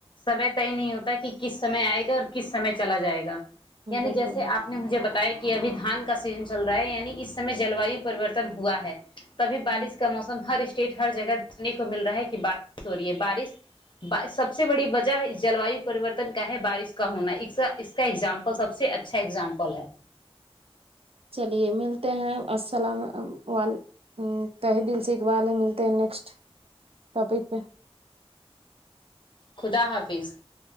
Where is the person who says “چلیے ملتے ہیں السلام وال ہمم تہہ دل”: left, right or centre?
Right